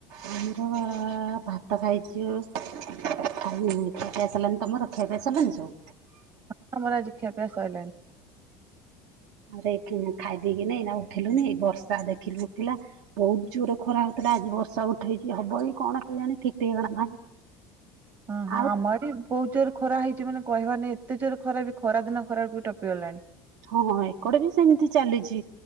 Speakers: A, on the right; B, on the right.
A: ଆ ଆ ଭାତ ଖାଇଛି। ଆ ମି ଖିଆ ପଆସାରିଲାଣି ତମର ଖିଆପିଆ ସରିଲାଣି ସବୁ?
B: ହଁ ଆମରା ଆଜି ଖିଆପିଆ ସରିଲାଣି।
A: ଖାଇଦକି ନାଇ ନା ଉଠିଲୁନି ବର୍ଷା ଦେଖିଲୁ ଉଠିଲା, ବହୁତ ଜୋର ଖରା ହଉଥିଲା ଆଜି ବର୍ଷା ଉଠେଇଛି ହବ ଏ କଣ କେଇଆଣି ଠିକ ଠିକଣା ନାହିଁ।
B: ହଁ ହଁ
A: ଆଉ
B: ଆମର ବୋହୁତ୍ ଜୋରେ ଖରା ହେଇ କି ମାନେ କହିବାନିଁ ଏତେ ଜୋର ଖରା ବି ଖରା ଦିନ ଖରାକୁ ବି ଟପିଗଲାଣି।
A: ହଁ ଏକଡେ ବି ସେମିତି ଚାଲିଛି